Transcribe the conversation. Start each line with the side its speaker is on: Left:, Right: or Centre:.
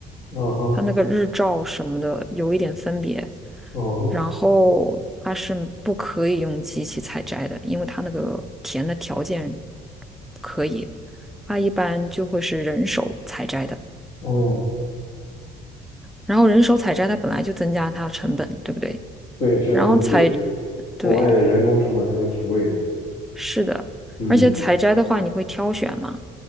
Left: 啊哈，
Centre: 它那个日照什么的有一点分别，
Left: 哦
Centre: 然后它是不可以用机器采摘的，因为它那个田的条件不可以，它一般就会是人手采摘的。
Left: 哦，
Centre: 然后人手采摘它本来就增加了它的成本，对不对？
Left: 对，是的，
Centre: 然后采，
Left: 这
Centre: 对，
Left: 国外的人工成本还都挺贵的。
Centre: 是的，
Left: 嗯
Centre: 而且采摘的话你会挑选嘛，